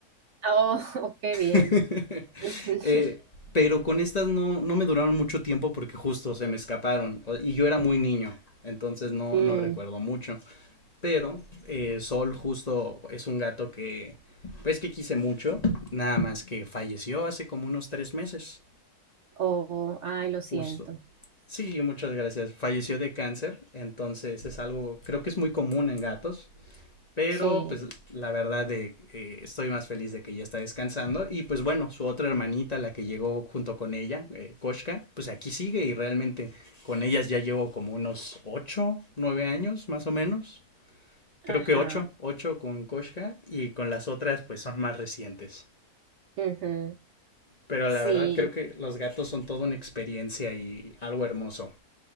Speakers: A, on the right (about 65°); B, on the left (about 30°).
A: Oh, <laughs> oh, qué bien.
B: <laughs>
A: <laughs>
B: Eh, pero con estas no, no me duraron mucho tiempo porque justo se me escaparon o- y yo era muy niño, entonces no,
A: Mm,
B: no recuerdo mucho. Pero eh, Sol justo es un gato que, pues que quise mucho, nada más que falleció hace como unos tres meses,
A: oh, ay, lo siento.
B: justo. Sí, muchas gracias. Falleció de cáncer, entonces es algo, creo que es muy común en gatos, pero
A: Sí,
B: pues la verdad de, eh, estoy más feliz de que ya está descansando y pues bueno, su otra hermanita, la que llegó junto con ella, eh, Koshka, pues aquí sigue y realmente con ellas ya llevo como unos 8, 9 años más o menos
A: ajá.
B: creo que ocho, ocho con Koshka y con las otras pues son más recientes.
A: ujú,
B: Pero
A: Sí.
B: la verdad creo que los gatos son toda una experiencia y algo hermoso.